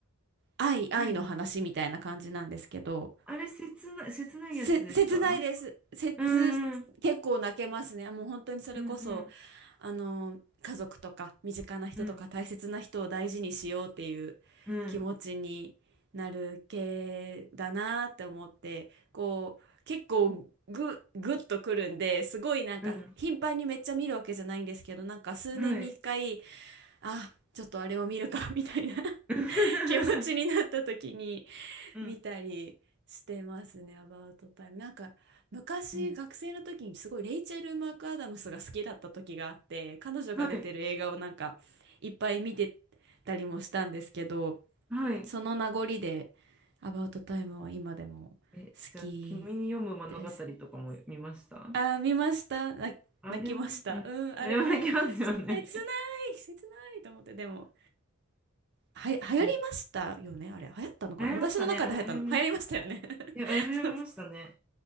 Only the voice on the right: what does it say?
愛、愛の話みたいな感じなんですけど、
せ、切ないです。切、
結構泣けますね。もう本当にそれこそ、
あの、家族とか身近な人とか大切な人を大事にしようっていう
気持ちになる系だなって思って、こう、結構ぐ、ぐっとくるんで、すごいなんか頻繁にめっちゃ見るわけじゃないんですけど、
なんか数年に一回、
あ、ちょっとあれを見るかみたいな
<laughs> 気持ちになった時に、
見たりしてますね、アバウトタイム。なんか昔学生の時にすごいレイチェル・
マクアダムスが好きだった時があって、彼女が出てる映画をなんかいっぱい見て
たりもしたんですけど、
その名残でアバウトタイムは今でも好き
です。あー、見ました。な泣きました。
うん、
あれも切ない、切ないと思って、でも。は、流行りましたよね、
あれ。流行ったのかな私の中で流行ったの。
流行りましたよね。<laughs>